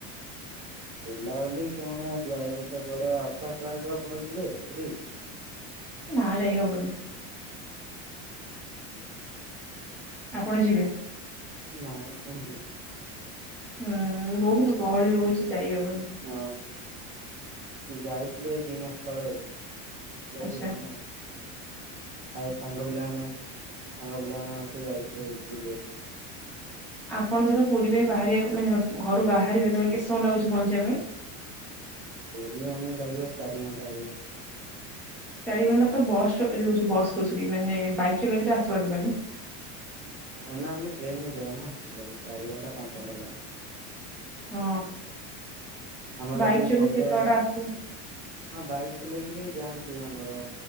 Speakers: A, on the right; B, in the centre.
A: ବୁଲାବୁଲି କଣ ଯାଇନି ତ କୁଆଡ଼େ। ରଥଯାତ୍ରାକୁ ଆପଣ ଯିବେ ପୁରୀ?
B: ନାଁ ଯାଇ ହବନି। ଆପଣ ଯିବେ?
A: ନାଁ ମୁଁ ଦି
B: ହୁଁ ବୋହୁତ ଗହଳି ହଉଚି ଯାଇ ହବନି।
A: ନ ଯାଇଥିଲୁ ଏଇ ଦି ମାସ ତଳେ। ଲାଇ
B: ଆଚ୍ଛା।
A: ଯିବୁନା ଆଃ ଏ ସାଙ୍ଗ ପିଲାମାନେ ମୋ ସାଙ୍ଗ ପିଲାମାନେ ଆମେ ସବୁ ଯାଇଥିଲୁ ବୁଲିଆ
B: ଆପଣ ଧର ପୁରୀ ପାଇଁ ବାହାରିବା ମାନେ ଘରୁ ବାହାରିବେ ତେବେ କେତେ ସମୟ ଲାଗୁଚି ବହଞ୍ଚିବା ପାଇଁ?
A: ପୁରୀ ଆମୁକୁ ଲାଗିବ ଚାରି ଘଣ୍ଟା ବାଗିଆ।
B: ଚାରି ଘଣ୍ଟା ତ ବସ୍ ଚ ଏ ଯୋଉ ସୁ ବସ୍ କହୁ ସରି ମାନେ ବାଇକ୍ ଚଲେଇକି ତ ଆସି ପାରୁବନି।
A: ଆ ନା ଆମେ ଟ୍ରେନୁ ରେ ଯାଉ ନା ଜୁଲାଇ ଚାରି ଘଣ୍ଟା ପାଞ୍ଚ ଘଣ୍ଟା ଲା
B: ହଁ
A: ଆମର
B: ବାଇକ୍
A: ଏଠି
B: ଚଲେଇ
A: ସନ୍ଧ୍ୟା
B: କେତେ ବାଟ ଆସିବ?
A: ହଁ ବାଇକ୍ ଚଲେଇକି ବି ଯାଆନ୍ତି ଆମର